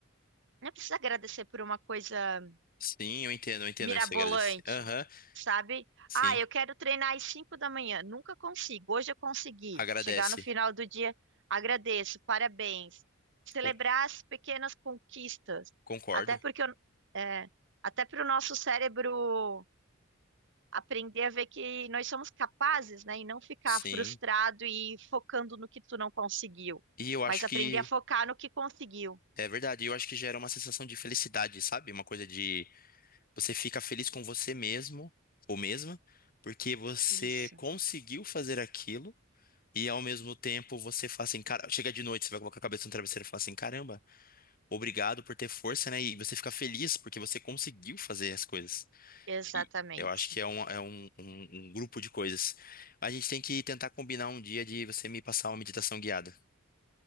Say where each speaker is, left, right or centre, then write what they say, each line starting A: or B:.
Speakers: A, on the right; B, on the left.
A: Não precisa agradecer por uma coisa
B: Sim, eu entendo, eu entendo.
A: mirabolante,
B: Você agradece. Aham,
A: sabe?
B: sim.
A: Ah, eu quero treinar às 5 da manhã. Nunca consigo. Hoje eu consegui.
B: Agradece.
A: Chegar no final do dia, agradeço, parabéns. Celebrar
B: Con-
A: as pequenas conquistas.
B: concordo.
A: Até porque eu- é, até para o nosso cérebro aprender a ver que nós somos capazes, né? E não ficar
B: Sim.
A: frustrado e focando no que tu não conseguiu.
B: E eu acho
A: Mas aprender
B: que
A: a focar no que conseguiu.
B: é verdade, eu acho que gera uma sensação de felicidade, sabe? Uma coisa de você fica feliz com você mesmo ou mesma, porque você
A: Isso,
B: conseguiu fazer aquilo e ao mesmo tempo você fala assim, cara, chega de noite, você vai colocar a cabeça no travesseiro e fala assim, caramba, obrigado por ter força, né? E você fica feliz porque você conseguiu fazer as coisas.
A: exatamente.
B: E eu acho que é, um, é um, um, um grupo de coisas. A gente tem que tentar combinar um dia de você me passar uma meditação guiada.